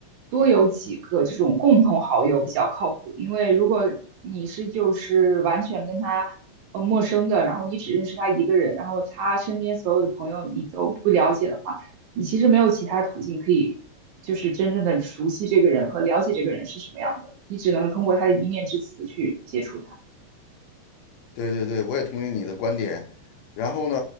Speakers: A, on the right; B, on the left.
A: 多有几个这种共同好友比较靠谱，因为如果你是就是完全跟他呃陌生的，然后你只认识他一个人，然后他身边所有的朋友你都不了解的话，你其实没有其他途径可以就是真正的熟悉这个人和了解这个人是什么样的，你只能通过他的一面之词去接触他。
B: 对对对，我也同意你的观点。然后呢，